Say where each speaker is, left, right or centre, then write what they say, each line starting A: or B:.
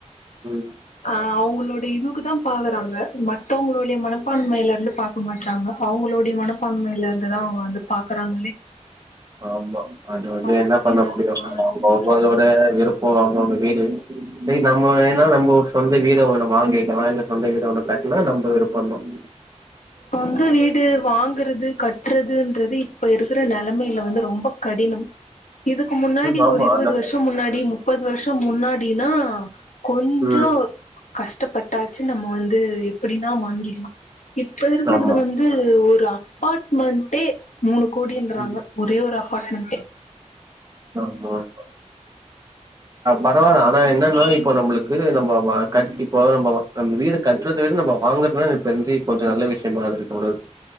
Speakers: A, on the right; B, on the left.
A: ம்
B: அ அவங்களோடைய இதுக்குதான் பாக்குறாங்க மத்தவங்களோடைய மனப்பான்மைல இருந்து பாக் க மாட்றாங்க அவங்களோட மனப்பான்மையில இருந்துதான் அவங்க வந்து பாக்குறாங்களே
A: ஆமா அது வந்து
B: அவங்க
A: என்ன
B: சுயநலமா
A: பண்ண முடியும் அது
B: வந்து
A: அவங்க அவங்களோட விருப்போம் அவங்கவங்க வீடு டேய் நம்ம வேணா நம்ம ஒரு சொந்த வீட ஒண்ணு வாங்கிக்கலாம் இல்ல சொந்த வீட ஒண்ணு கட்னா நம்ம விருப்பந்தான்
B: சொந்த வீடு வாங்றது கட்டுறதுன்றது இப்ப இருக்கிற நெலமைல வந்து ரொம்ப கடினம் இதுக்கு முன்னாடி
A: ம் ஆமா
B: ஒரு இருவது
A: நம்ம
B: வருஷோம் முன்னாடி முப்பது வருஷோம் முன்னாடிலாம் கொஞ்சோம்
A: ம்
B: கஷ்டப்பட்டாச்சி நம்ம வந்து எப்படின்னா வாங்கிடலாம் இப்ப இருக்கிறது
A: ஆமா
B: வந்து ஒரு அப்பார்ட்மெண்ட்டே மூணு கோடின்றாங்க
A: ம்
B: ஒரே ஒரு அப்பாட்மெண்ட்டே
A: ஆமா ஆமா பரவால்ல ஆனா என்னனா இப்ப நம்மளுக்கு நம்ம வ கண்டிப்பா இப்போ நம்ம வீடு கட்றத விட நம்ம வாங்றதுனா எனக்கு தெரிஞ்சி கொஞ்சோம் நல்ல விஷயமா எனக்கு தோணுது